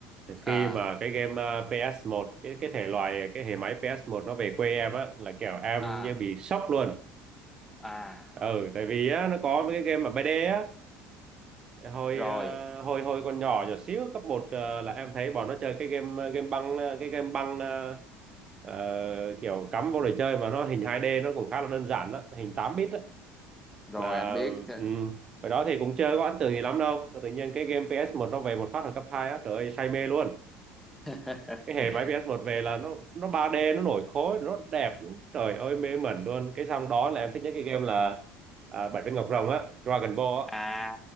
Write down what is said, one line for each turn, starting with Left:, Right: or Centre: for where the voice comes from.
Right: thì khi
Centre: à,
Right: mà cái game à, ps một cái cái thể loại, cái hệ máy ps một nó về quê em á, là kiểu em
Centre: à,
Right: như bị sốc luôn.
Centre: à.
Right: Ừ, tại vì á, nó có mấy cái game mà 3D á, hồi
Centre: Rồi,
Right: à, hồi hồi còn nhỏ nhỏ xíu cấp một à, là em thấy bọn nó chơi cái game à, game băng à, cái game băng à, ờ, kiểu cắm vô để chơi mà nó hình 2D nó cũng khá là đơn giản đó, hình 8 bit đó
Centre: rồi
Right: mà
Centre: anh biết chứ.
Right: ừ. hồi đó thì cũng chưa có ấn tượng gì lắm đâu mà tự nhiên cái game ps một nó về một phát ở cấp 2 á trời ơi say mê luôn
Centre: <laughs>
Right: cái hệ máy ps một về là nó nó 3D nó nổi khối nó đẹp trời ơi mê mẩn luôn cái xong đó là em thích nhất cái game là à, Bảy Viên Ngọc Rồng á Dragon Ball á
Centre: À,